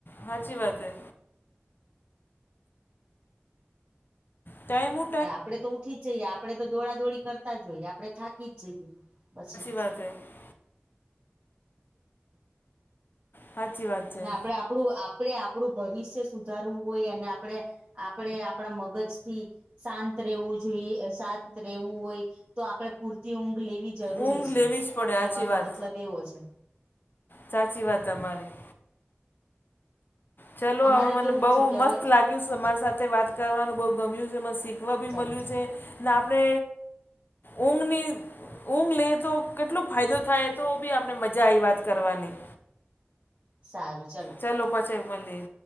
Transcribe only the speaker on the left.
હાચી વાત હે ટાઈમુ
<unintelligible> સાચી વાત છે
ઊંઘ
લેવી જ પડે
સાચી વાત
સાચી વાત તમારી ચલો
હવે મને
બઉુ
મસ્ત લાગ્યું છે સમાર સાથે વાત કરવાનું બહુ ગમ્યું છે, એમાં શીખવા બી
મળ્યું છે, ને આપણે ઊંઘની. ઊંઘ લઈએ તો કેટલો ફાયદો થાય તો બી આપણે મજા આઈ વાત કરવાની.
ચલો પછી મલીએ.